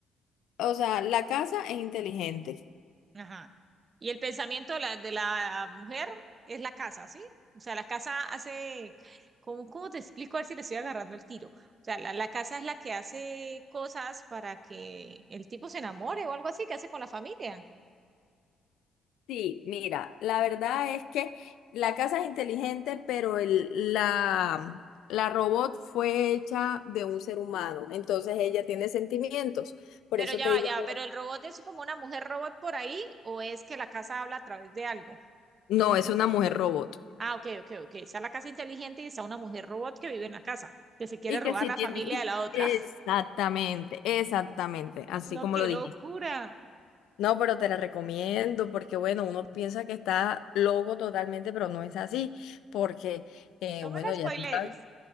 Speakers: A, on the left; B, on the right.
A: o sea, la casa es inteligente.
B: Ajá. Y el pensamiento de la, de la mujer es la casa, ¿sí? O sea, la casa hace, ¿cómo, cómo te explico? A ver si le estoy agarrando el tiro. O sea, la, la casa es la que hace cosas para que el tipo se enamore o algo así que hace con la familia.
A: Sí, mira, la verdad es que la casa es inteligente, pero el, la, la robot fue hecha de un ser humano, entonces ella tiene sentimientos. Por
B: Pero
A: eso
B: ya
A: te
B: va,
A: digo,
B: ya va,
A: que
B: pero el robot es como una mujer robot por ahí o es que la casa habla a través de algo.
A: no, es una mujer robot.
B: Ah, ok, ok, ok. Está la casa inteligente y está una mujer robot que vive en la casa, que se quiere
A: Y
B: robar
A: que sí
B: la
A: tiene,
B: familia
A: y-
B: de la otra.
A: exactamente,
B: <laughs>
A: exactamente, así
B: No,
A: como
B: qué
A: lo dijiste.
B: locura.
A: No, pero te la recomiendo porque, bueno, uno piensa que está loco totalmente, pero no es así, porque, eh,
B: No
A: bueno,
B: me la
A: ya
B: spoilees.
A: tú sabes.